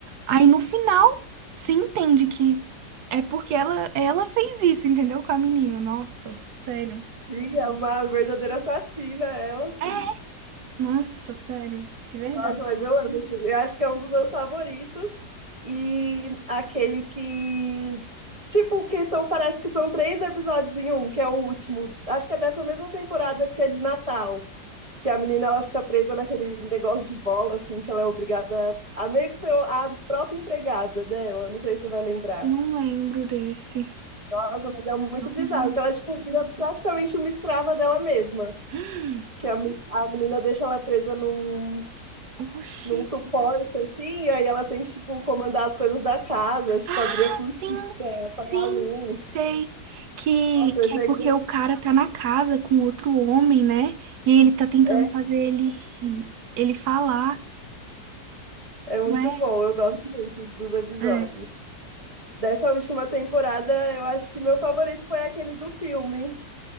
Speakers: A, on the right; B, on the right.
A: Aí no final, você entende que é porque ela, ela fez isso, entendeu? Com a menina. Nossa, sério.
B: Sim, é uma verdadeira assassina, ela,
A: É,
B: sim.
A: nossa, sério, de verdade.
B: Nossa, mas eu amo. Eu acho que é um dos meus favoritos. E aquele que. Tipo, que são, parece que são três episódios em um, que é o último. Acho que é dessa mesma temporada que é de Natal. que a menina ela fica presa naquele negócio de bola, assim, que ela é obrigada a meio que ser a própria empregada dela, não sei se você vai lembrar.
A: Não lembro desse.
B: Nossa, mas é muito
A: Não
B: bizarro,
A: lembro.
B: que ela, tipo, vira praticamente uma escrava dela mesma,
A: <gasps>
B: que a, men- a menina deixa ela presa num,
A: Oxi.
B: num suporte, assim, e aí ela tem que, tipo, comandar as coisas da casa, tipo,
A: Ah,
B: abrir a cortina,
A: sim,
B: apagar
A: sim,
B: a luz.
A: sei. Que,
B: Nossa,
A: que
B: isso
A: é
B: aí
A: porque o cara tá na casa com outro homem, né? E ele tá tentando
B: é
A: fazer ele, ele falar,
B: é muito
A: não é
B: bom,
A: essa?
B: eu gosto muito dos episódios.
A: É.
B: Dessa última temporada, eu acho que meu favorito foi aquele do filme,